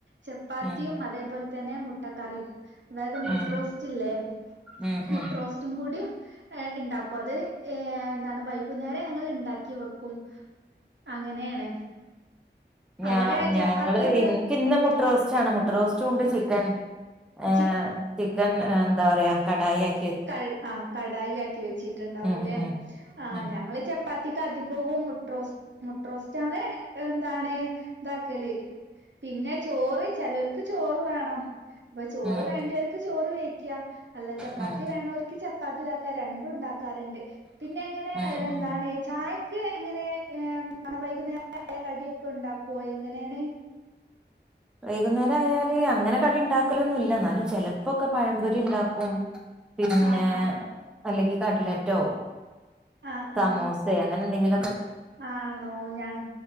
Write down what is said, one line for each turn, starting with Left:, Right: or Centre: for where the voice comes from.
Right: ചാപ്പാത്തിം
Centre: ഉം
Right: അതേ പോൽ തന്നെ മുട്ടക്കറിം വേഗ മുട്ട
Centre: ഉം
Right: റോസ് ലേ
Centre: ഉം
Right: മുട്ട
Centre: ഉം
Right: റോസ്റ്റും പു ടി ഇണ്ടാകും അത് ഏ അത് വൈകുന്നേരം ഞങ്ങള് ഇണ്ടാക്കി വെക്കും അങ്ങനേണ്
Centre: ഞാ
Right: അവിടെ
Centre: ഞങ്ങള്
Right: ചപ്പാത്തി ഒന്ന്
Centre: ഇൻക് ഇന്ന് മുട്ട റോസ്റ്റ് ചാണ് മുട്ട റോസ്റ്റും ഇണ്ട്
Right: മു
Centre: ചിക്കൻ ഏഹ്
Right: ചി
Centre: ചിക്കൻ എന്താ പറയാ? കടായി ആക്
Right: കട് കടായി ആക്കി വെച്ച്ട്ട്ണ്ടാവും
Centre: ഉം
Right: ലേ
Centre: ഉം
Right: ആഹ്
Centre: ഉം
Right: ഞങ്ങൾ ചപ്പാ അധിക അധികോം മുട്ട റോസ് മുട്ട റോസ്റ്റാണ് ട്ടാണ് ഇതാകള് പിന്നെ ചോറ് ചെലോൽക്ക് ചോറ് വേണം അപംചോറ്
Centre: ഉം
Right: വേണ്ടോൽക്ക്ചോറ് ക്യാ അല്ല ചപ്പ ത്തി
Centre: ഉം
Right: വേണോൽക്ക് ചപ്പാത്തി താക്കാ രണ്ടും ഇണ്ടാക്കാ പറി ണ്ട്പിന്നെ എങ്ങനെ
Centre: ഉം
Right: എന്താണ്
Centre: ഉം
Right: ചായ ക്ക്‌ എങ്ങനെ വൈകുന്നേരം കടിഒക്കെ ഇണ്ടാക്കോ എങ്ങനാണ്?
Centre: വൈകുന്നാര ആയാല് അങ്ങനെ കടി ഇണ്ടാക്കലൊന്നും ഇല്ല ചെലപ്പഴക്കെ പയം പൊരി ഇണ്ടാകും പിന്നെ
Right: ആ ആ
Centre: അല്ലങ്കി കട്ലറ്റോ
Right: ആ
Centre: സമൂസെ
Right: ആ
Centre: അങ്ങ എന്തങ്കി
Right: ആണോ ഞങ്ങ